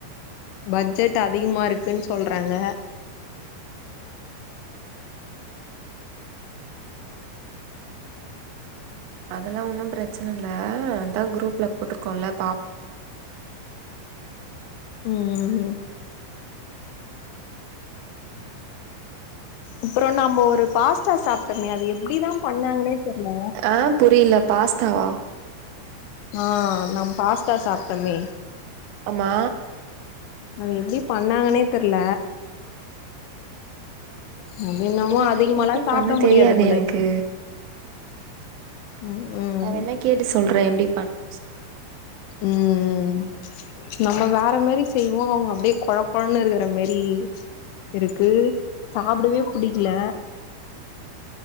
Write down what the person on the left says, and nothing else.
பட்ஜெட் அதிகமா இருக்குன் சொல்றாங்க
ம் ஹும் அப்றோ நம்ப ஒரு பாஸ்ட்டா சாப்ட்டமே அது எப்டிதா பண்ணாங்னே தெர்ல
ஆ நம் பாஸ்தா சாப்ட்டமே
அது எப்டி பண்ணாங்கனே தெர்ல அது என்னமோ
அதிகமாலா
சாப்ட
முடியாது
போலருக்கு
ம் உம்
ம் ம் நம்ம வேற மாரி செய்வோ அவுங்க அப்டியே கொழ கொழன்னு இருக்ற மாரி இருக்கு சாப்டவே புடிக்ல